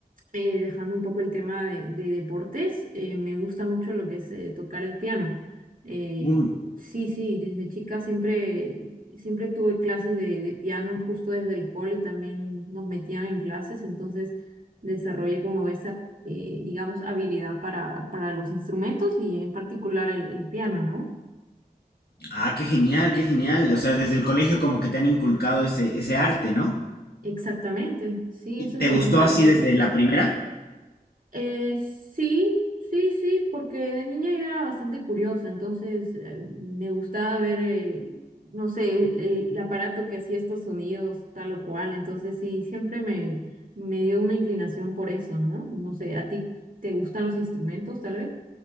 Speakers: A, on the right; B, on the left.
A: eh, dejando un poco el tema de, de deportes, eh, me gusta mucho lo que es eh, tocar el piano. Eh,
B: Uy.
A: sí, sí, desde chica siempre, siempre tuve clases de, de piano, justo desde el cole también nos metían en clases, entonces desarrollé como esa, eh, digamos, habilidad para, para los instrumentos y en particular el, el piano, ¿no?
B: Ah, qué genial, qué genial. O sea, desde el colegio como que te han inculcado ese, ese arte, ¿no?
A: Exactamente, sí,
B: ¿Y
A: eso
B: te
A: es lo
B: Sí, gustó
A: bueno del
B: así
A: cole.
B: desde la primera?
A: Eh, sí, sí, sí, porque de niña yo era bastante curiosa, entonces eh, me gustaba ver, eh, no sé, el, el- el aparato que hacía estos sonidos, tal o cual, entonces sí, siempre me, me dio una inclinación por eso, ¿no? No sé, ¿a ti te gustan los instrumentos, tal vez?